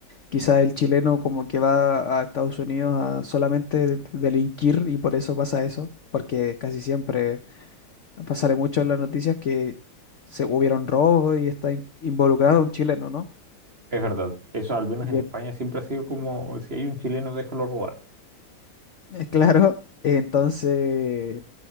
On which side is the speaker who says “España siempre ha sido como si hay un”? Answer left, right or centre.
Right